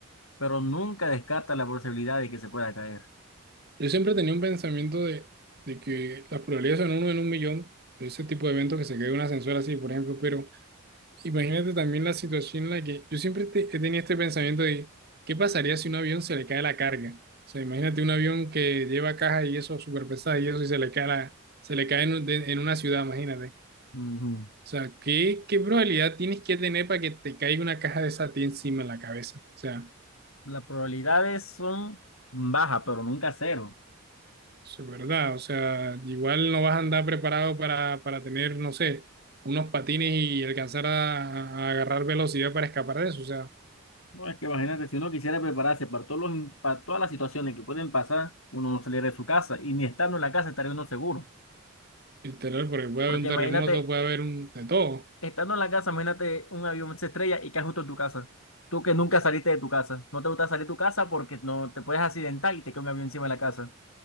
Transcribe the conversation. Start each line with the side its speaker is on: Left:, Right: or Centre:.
Left: pero nunca descarta la posibilidad de que se pueda caer.
Right: Yo siempre tenía un pensamiento de, de que las probabilidades son uno en un millón de ese tipo de eventos que se cae un ascensor así, por ejemplo, pero imagínate también la situación en la que yo siempre te- he tenido este pensamiento de qué pasaría si un avión se le cae la carga. O sea, imagínate un avión que lleva caja y eso súper pesada y eso y se le cae, la, se le cae en, un- de- en una ciudad, imagínate.
Left: Ujú.
Right: O sea, ¿qué, qué probabilidad tienes que tener para que te caiga una caja de esa a ti encima en la cabeza? O sea,
Left: Las probabilidades son bajas, pero nunca cero.
Right: Eso es verdad, o sea, igual no vas a andar preparado para, para tener, no sé, unos patines y alcanzar a, a agarrar velocidad para escapar de eso, o sea,
Left: No, es que imagínate, si uno quisiera prepararse para todos los, in- para todas las situaciones que pueden pasar, uno no saliera de su casa y ni estando en la casa estaría uno seguro.
Right: literal, porque puede
Left: Porque
Right: haber un
Left: imagínate,
Right: terremoto, puede haber un, de todo,
Left: estando en la casa, imagínate un avión se estrella y cae justo en tu casa. Tú que nunca saliste de tu casa. No te gusta salir de tu casa porque no te puedes accidentar y te cae un avión encima de la casa.